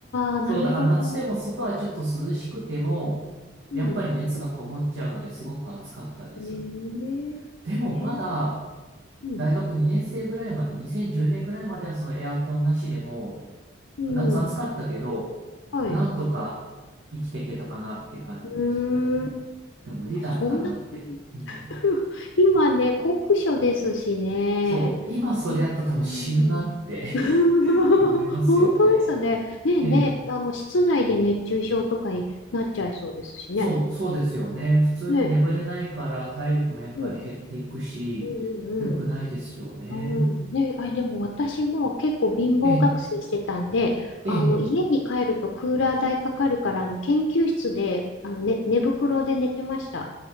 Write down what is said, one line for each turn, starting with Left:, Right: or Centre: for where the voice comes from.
Left: ああ、なるほど。
Right: そう、だから夏でも外はちょっと涼しくても、
Left: うん。
Right: やっぱり熱がこもっちゃうのですごく暑かったです。
Left: えー、
Right: でもまだ
Left: えー、うん、
Right: 大学2年生ぐらいまで、2010年ぐらいまではそのエアコンなしでも、
Left: うん。
Right: 夏暑かったけど、
Left: はい。
Right: なんとか生きていけたかなって感じでした。
Left: うーん。
Right: でも無理だったなって。
Left: あそんな感じ
Right: うん、
Left: <laughs> 今ね、酷暑ですしね。
Right: そう、今それやったら多分死ぬなって
Left: うん <laughs>
Right: <laughs> 思いますよね。
Left: 本当ですね。ねえねえ、
Right: ええ、
Left: あの、室内で熱中症とかになっちゃいそうですしね。
Right: そう、そうですよね。普通に眠れないから体力もやっぱり減っていくし、
Left: ねえ、うん、うん、
Right: 良くないですよね。
Left: うん、うん。ねえ、あ、でも私も結構貧乏学生してたんで、
Right: ええ、
Left: あの、
Right: ええ。
Left: 家に帰るとクーラー代かかるから、あの、研究室で、あの、ね、寝袋で寝てました。